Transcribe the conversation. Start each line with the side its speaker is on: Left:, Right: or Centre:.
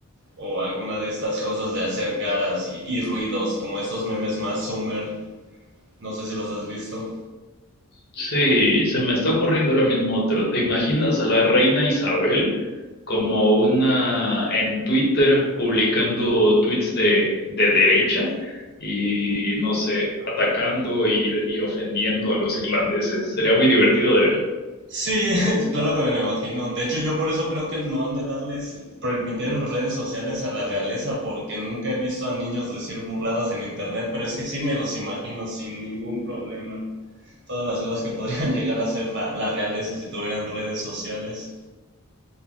Right: O alguna de estas cosas de hacer caras y, y ruidos, como estos memes más Summer. No sé si los has visto.
Left: Sí, se me está ocurriendo ahora mismo otro. ¿Te imaginas a la reina Isabel como una en Twitter publicando tweets de, de derecha y no sé, atacando y, y ofendiendo a los irlandeses? Sería muy divertido de ver.
Right: Sí, <laughs> claro que me lo imagino. De hecho, yo por eso creo que no han de darles, permitir las redes sociales a la realeza, porque nunca he visto a niños decir burradas en internet, pero es que sí me los imagino sin ningún problema. Todas las cosas que podrían <laughs> llegar a ser la, la realeza si tuvieran redes sociales.